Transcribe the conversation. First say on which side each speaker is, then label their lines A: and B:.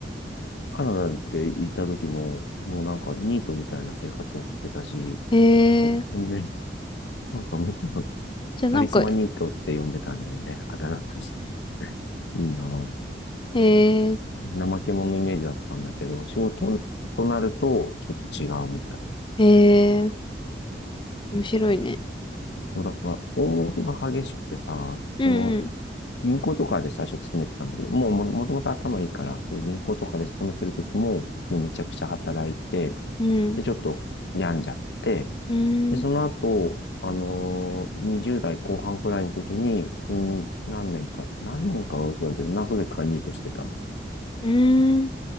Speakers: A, on the left (about 75°); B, on the left (about 30°).
A: カナダでいた時も、もうなんかニートみたいな生活を送ってたし、
B: へえ。
A: なんか全然、なんかみん
B: じゃあなんか、
A: カリスマニートって呼んでたんだよね。あだ名として。<laughs> いいなぁ。
B: へえ、
A: 怠け者のイメージだったんだけど、仕事となると、ちょっと違うみたい。
B: へえ、面白いね。
A: そうだから、オンオフが激しくてさ、
B: うん
A: その、銀行とかで最初勤めてたんだけど、もうも、もともと頭いいから、その銀行とかで勤めてる時も、もうめちゃくちゃ働いて、
B: うん、うん、
A: で、ちょっと病んじゃって、
B: うーん、
A: で、その後、あのー、20代後半くらいの時に、普通に何年か、何年かは嘘だけど、何ヶ月かニートしてた。
B: うーん。